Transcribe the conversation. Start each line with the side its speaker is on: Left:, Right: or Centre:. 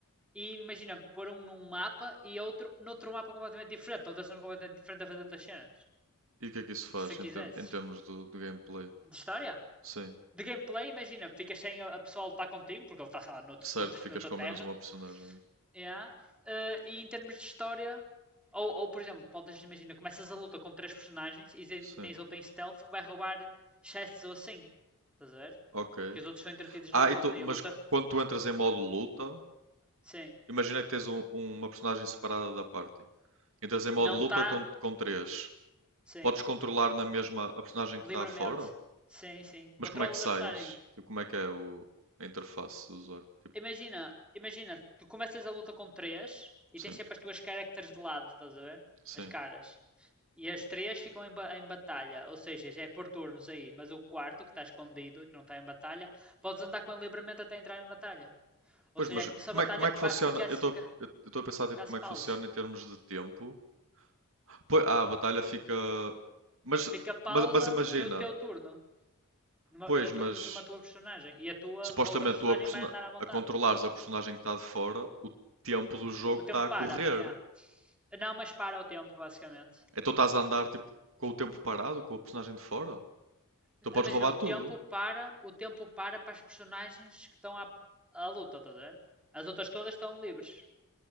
Centre: E imagina, pôr um num mapa e outro noutro mapa completamente diferente. Noutra cena completamente diferente a fazer outras cenas.
Right: E o que é que isso faz
Centre: Se quisesses.
Right: em, ter- em termos do, do gameplay?
Centre: De história?
Right: Sim,
Centre: de gameplay, imagina, ficas sem a, a pessoa a lutar contigo, porque ele está, sei lá, noutro,
Right: certo,
Centre: <laughs> noutro,
Right: ficas
Centre: noutra
Right: com
Centre: terra.
Right: menos uma personagem. é.
Centre: Yeah. Uh, e em termos de história, ou, ou por exemplo, podes imaginar, começas a luta com três personagens e,
Right: Sim,
Centre: e tens outra em stealth que vai roubar chests ou assim. Estás a ver?
Right: ok.
Centre: Que os outros são entretidos na
Right: Ah,
Centre: luta.
Right: e tu-
Centre: E
Right: mas
Centre: a luta,
Right: quando tu entras em modo luta,
Centre: sim,
Right: imagina que tens um- uma personagem separada da party. Entras em modo
Centre: não
Right: luta
Centre: está,
Right: com, com três.
Centre: sim,
Right: Podes controlar na mesma a personagem que
Centre: livremente.
Right: está fora?
Centre: Sim, sim.
Right: Mas
Centre: Controlas
Right: como é que sais?
Centre: a personagem
Right: Tipo, como é que é o, a interface do usuário? Tipo,
Centre: imagina, imagina, tu começas a luta com três e
Right: sim,
Centre: tens sempre as tuas characters de lado, estás a ver?
Right: sim.
Centre: As caras. E as três ficam em, ba- em batalha, ou seja, já é por turnos aí, mas o quarto, que está escondido, que não está em batalha, podes andar com ele livremente até entrar em batalha. Ou
Right: Pois,
Centre: seja,
Right: mas
Centre: é como se a
Right: como
Centre: batalha
Right: é, como é que funciona?
Centre: ficasse,
Right: Eu estou
Centre: fica-
Right: eu estou a pensar tipo,
Centre: ficasse
Right: como
Centre: pausa.
Right: é que funciona em termos de tempo. Pois, ah, a batalha fica. Mas,
Centre: Fica
Right: mas,
Centre: pausa
Right: mas imagina,
Centre: no teu turno, numa,
Right: pois,
Centre: na
Right: mas
Centre: turno de uma tua personagem, e a tua
Right: supostamente
Centre: a outra personagem
Right: tu a, persona-
Centre: vai andar à vontade.
Right: a controlares a personagem que está de fora, o tempo do jogo
Centre: O
Right: está
Centre: tempo
Right: a correr.
Centre: para, yeah. não, mas para o tempo, basicamente.
Right: Então estás a andar tipo com o tempo parado, com o personagem de fora. Então podes
Centre: Imagina,
Right: roubar
Centre: o tempo
Right: tudo.
Centre: para, o tempo para para as personagens que estão à, à luta, estás a ver? As outras todas estão livres.